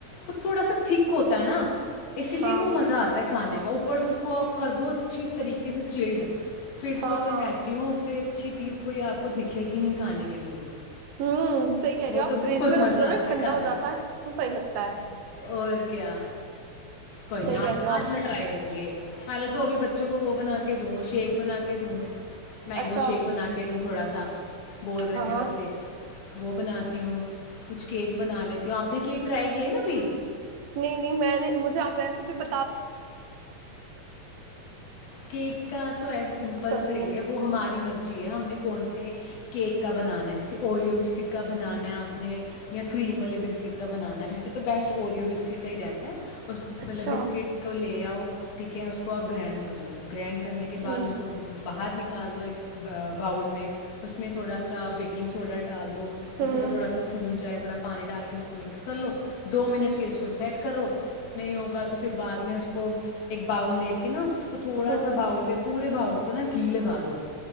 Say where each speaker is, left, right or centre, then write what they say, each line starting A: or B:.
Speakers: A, on the left (about 75°); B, on the right (about 75°).
A: وہ تھوڑا سا تھک ہوتا ہے نا اسی لیے
B: ہاں
A: وہ مزہ آتا ہے کھانے کا اوپر اس کو آپ کر دو اچھی طریقے سے چلڈ پھر
B: ہاں
A: تو میں کہتی ہوں اسے اچھی چیز کوئی آپ کو دکھے گی نہیں کھانے کے لیے
B: ہوں سی رہ
A: وہ
B: آ
A: تو
B: فریج
A: بہت
B: میں رکھ
A: مزہ
B: دو
A: آتا
B: نا ٹھنڈا
A: ہے کھانے
B: ہو جاتا ہے تو صحیح لگتا ہے
A: اور کیا کوئی نہیں
B: صحیح
A: آج
B: کہہ رہے ہو آپ
A: آج میں ٹرائی کروں گی پہلے تو ابھی بچوں کو وہ بنا کے دوں شیک بنا کے دوں مینگو
B: اچھا
A: شیک بنا کے دوں تھوڑا سا بول رہے
B: ہاں
A: تھے بچے وہ بنا تیوں <unintelligible> کچھ کیک بنا لیتی ہووں آپ نے کیک ٹرائی کیا ہے نا ابھی
B: نہیں نہیں میں نے مجھے آپ ریسیپی بتا
A: کیک <unintelligible> تو ایس سمپل
B: کروں
A: صحیح
B: گی
A: ہے وہ ہماری مرضی ہے ہم نے کون سے کیک کا بنانا ہے جیسے اورویو بسکٹ کا بنانا ہے آپ نے یا کریم والے بسکٹ کا بنانا ہے ویسے تو بیسٹ اوریو بسکٹ کا ہی رہتا ہے اس مطلب
B: اچھا
A: بسکٹ کو لے آؤ ٹھیک ہے اس کو آپ گرنڈ کر لو گرینڈ کرنے کے بعد
B: ہوں
A: اس کو باہر نکال دو ایک باؤل میں اس میں تھوڑا سا بیکنگ سوڈا ڈال تو
B: ہوں
A: جس پ پر تھوڑا سا پھول جائے تھوڑا پانی ڈال کے اس کو مکس کر لو دو منٹ کے اس کو سیٹ کرو نہیں ہوگا تو پھر بعد میں اس کو ایک باؤل لے کے نا اس تو تھوڑا
B: ہوں
A: سا باؤل پہ پورے باؤل کو نا گھی لگا دو